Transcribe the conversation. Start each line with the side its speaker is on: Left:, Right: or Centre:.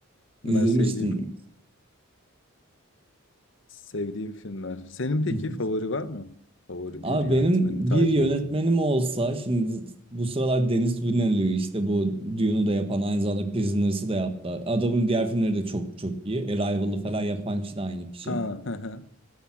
Left: Bunlar
Right: İzlemiştim.
Left: sevdiğim Sevdiğim filmler. Senin peki
Right: Hı hı.
Left: favori var mı? Favori
Right: Abi
Left: bir yönetmeni
Right: benim
Left: takip
Right: bir yönetmenim
Left: ettiğin.
Right: olsa şimdi bu sıralar Denis Villeneuve işte bu Dune'u da yapan aynı zamanda Prisoners'ı da yaptı. Adamın diğer filmleri de çok çok iyi. Arrival'ı falan yapan kişi de aynı kişi.
Left: Ha, hı hı.